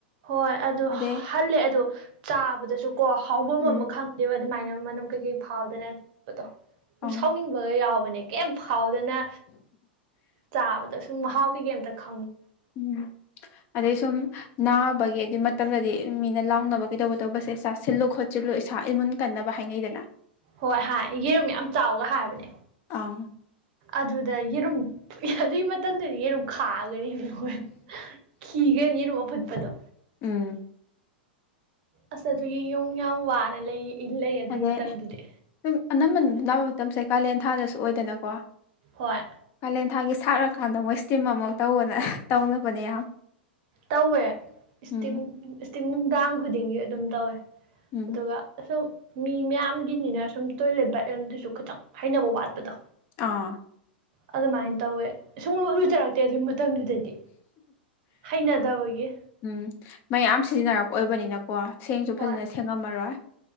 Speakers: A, on the right; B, on the left.
A: ꯍꯣꯏ ꯑꯗꯨ
B: ꯑꯗꯩ
A: ꯍꯜꯂꯦ ꯑꯗꯣ ꯆꯥꯕꯗꯁꯨ ꯀꯣ ꯍꯥꯎꯐꯝ
B: ꯎꯝ
A: ꯑꯃ ꯈꯪꯗꯦꯕ ꯑꯗꯨꯃꯥꯏꯅ ꯃꯅꯝ ꯀꯩꯀꯩ ꯐꯥꯎꯗꯅꯗꯣ
B: ꯑꯪ
A: ꯁꯨꯝ ꯁꯥꯎꯅꯤꯡꯕꯒ ꯌꯥꯎꯕꯅꯦ ꯀꯩꯝ ꯐꯥꯎ ꯑꯗꯨꯅ ꯆꯥꯕꯗ ꯁꯨꯝ ꯃꯍꯥꯎꯀꯩꯒꯦ ꯑꯝꯇ ꯈꯪ
B: ꯎꯝ ꯑꯗꯩꯩ ꯁꯨꯝ ꯅꯥꯕꯒꯤ ꯑꯗꯨꯏ ꯃꯇꯝꯗꯗꯤ ꯃꯤꯅ ꯂꯥꯎꯅꯕ ꯀꯩꯗꯧꯕ ꯇꯧꯕꯁꯦ ꯆꯥꯁꯤꯜꯂꯨ ꯈꯣꯠꯁꯤꯜꯂꯨ ꯏꯁꯥ ꯏꯃꯨꯟ ꯀꯟꯅꯕ ꯍꯥꯏꯅꯩꯗꯅ
A: ꯍꯣꯏ ꯍꯥꯏ ꯌꯦꯔꯨꯝ ꯌꯥꯝ ꯆꯥꯎꯒ ꯍꯥꯏꯕꯅꯦ
B: ꯑꯪ
A: ꯑꯗꯨꯗ ꯌꯦꯔꯨꯝ ꯑꯗꯨꯏ ꯃꯇꯝꯗꯨꯗꯤ ꯌꯦꯔꯨꯝ ꯈꯥꯒꯔꯤꯅꯦ ꯍꯣꯏ ꯀꯤꯒꯅꯤ ꯌꯦꯔꯨꯝ ꯑꯐꯨꯠꯄꯗꯣ
B: ꯎꯝ
A: ꯑꯁ ꯑꯗꯨꯒꯤ ꯌꯣꯡ ꯌꯥꯝ ꯋꯥꯅ ꯂꯩ ꯏꯜ ꯂꯩ ꯑꯗꯨꯒꯤ
B: ꯑꯗꯩ
A: ꯃꯇꯝꯗꯨꯗꯤ
B: ꯁꯨꯝ ꯑꯅꯝꯕꯅ ꯅꯥꯕ ꯃꯇꯝꯁꯦ ꯀꯥꯂꯦꯟ ꯊꯥꯗꯁꯨ ꯑꯣꯏꯗꯅꯀꯣ
A: ꯍꯣꯏ
B: ꯀꯥꯂꯦꯟ ꯊꯥꯒꯤ ꯁꯥꯔꯀꯥꯟꯗ ꯃꯣꯏ ꯏꯁꯇꯤꯝ ꯑꯃꯛ ꯇꯧꯑꯣꯅ ꯇꯧꯅꯕꯅꯦ ꯌꯥꯝ
A: ꯇꯧꯋꯦ ꯏꯁꯇꯤꯝ
B: ꯎꯝ
A: ꯏꯁꯇꯤꯝ ꯅꯨꯡꯗꯥꯡ ꯈꯨꯗꯤꯡꯒꯤ ꯑꯗꯨꯝ ꯇꯧꯋꯦ
B: ꯎꯝ
A: ꯑꯗꯨꯒ ꯑꯁꯨꯝ ꯃꯤ ꯃꯌꯥꯝꯒꯤꯅꯤꯅ ꯁꯨꯝ ꯇꯣꯏꯂꯦꯠ ꯕꯥꯠꯔꯨꯝꯈꯤꯇꯪ ꯍꯥꯏꯅꯕ ꯋꯥꯠꯄꯗꯣ
B: ꯑꯥ
A: ꯑꯗꯨꯃꯥꯏꯅ ꯇꯧꯋꯦ ꯁꯨꯡꯂꯨ ꯂꯨꯖꯔꯛꯇꯦ ꯑꯗꯨꯒꯤ ꯃꯇꯝꯗꯨꯗꯗꯤ ꯍꯩꯅꯗꯕꯒꯤ
B: ꯎꯝ ꯃꯌꯥꯝ ꯁꯤꯖꯤꯟꯅꯔꯛꯄ ꯑꯣꯏꯕꯅꯤꯅ ꯀꯣ ꯁꯦꯡꯁꯨ
A: ꯍꯣꯏ
B: ꯐꯖꯅ ꯁꯦꯡꯉꯝꯃꯔꯣꯏ